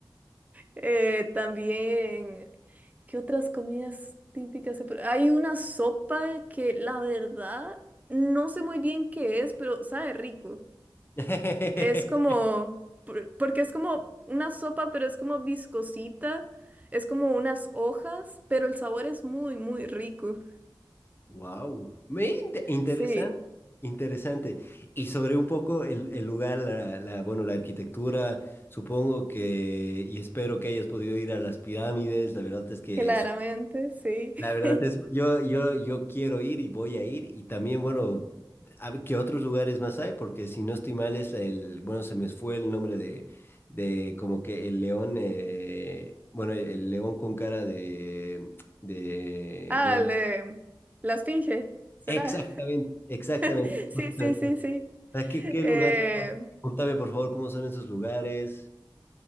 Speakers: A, on the right (about 20°); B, on the left (about 25°).
A: Eh, también, ¿qué otras comidas típicas se pre- Hay una sopa que la verdad no sé muy bien qué es, pero sabe rico.
B: <laughs>
A: Es como, por- porque es como una sopa, pero es como viscosita, es como unas hojas, pero el sabor es muy, muy rico.
B: Wow, interesante,
A: Sí,
B: interesante. Y sobre un poco el, el lugar, la, la- bueno, la arquitectura, supongo que, y espero que hayas podido ir a las pirámides, la verdad es que
A: claramente,
B: es,
A: sí.
B: la verdad
A: <laughs>
B: es, yo, yo, yo quiero ir y voy a ir, y también, bueno, a ver qué otros lugares más hay, porque si no estoy mal es el, bueno, se me fue el nombre de, de como que el león, eh, bueno, el león con cara de, de,
A: Ah,
B: bueno,
A: el de la esfinge, ¿será?
B: Exactamente, exactamente.
A: <laughs> Sí,
B: Justo se
A: sí,
B: me
A: sí,
B: fue.
A: sí.
B: ¿Sabes ¿Qué, qué
A: Eh,
B: lugares son? Pregúntame, por favor, cómo son esos lugares.